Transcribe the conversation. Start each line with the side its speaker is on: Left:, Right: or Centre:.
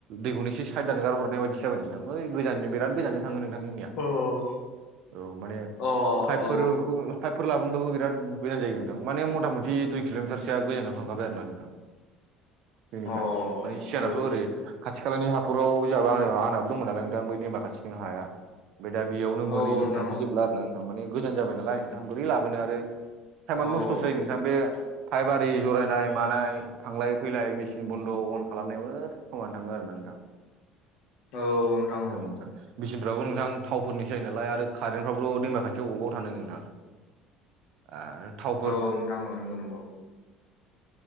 Right: दैखौनो एसे साइद दानगार हरनाय बायदिसो जाबाय नोंथां बै गोजान बिराद गोजानजों थाङो नोंथां जोंनिया
Left: औ
Right: औ माने
Left: अ
Right: पाइपफोरखौ
Left: अ औ
Right: पाइपफोर लाबोनबाबो बिराद गोजान जायो नोंथां माने मथा मथि दुइ किल'मिटारसो जा गोजानाव थांखाबाय आरोना नोंथां। जोंनिफ्राय
Left: औ
Right: माने सिगानावथ'
Left: अ औ
Right: ओरै खाथि खालानि हाब पराव जाबा आं आनाबो दंमोन नालाय नोंथां बै दैेमा खाथिथिं हाया ओमफाय दा बेयावनो
Left: औ
Right: मोनहैजोब
Left: औ नोंथां
Right: मोनफैजोबला
Left: औ
Right: आरो ना नोंथां माने गोजान जाबाय नालाय नोंथां बोरै लाबोनो आरो टाइमानो
Left: औ
Right: नस्थ'सो
Left: औ
Right: जायो नोंथां बे फाइफयारि ज'रायनाय मानाय थांलाय फैलाय मिसि बन्द' अन खालामनायावनो समानो थाङो आरो ना नोंथां।
Left: औ नोंथां।
Right: औ नोंथां। बिसिनफ्राबो नोंथां थावफोरनिसो नालाय आरो खारेन्टफ्राबोथ' दैमा खाथियाव अबाव थानो नोंथां। आरो थाव
Left: औ नोंथां औ नंगौ नंगौ।